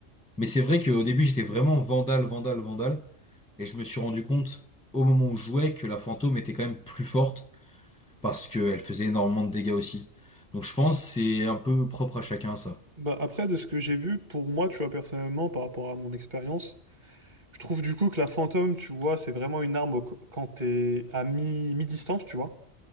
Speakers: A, in the centre; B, on the right.
A: Mais c'est vrai qu'au début, j'étais vraiment Vandal, Vandal, Vandal. Et je me suis rendu compte au moment où je jouais que la fantôme était quand même plus forte. parce qu'elle faisait énormément de dégâts aussi. Donc je pense que c'est un peu propre à chacun ça.
B: Bah, après, de ce que j'ai vu, pour moi, tu vois, personnellement, par rapport à mon expérience, je trouve du coup que la Fantôme, tu vois, c'est vraiment une arme au- quand t'es à mi, mi-distance, tu vois.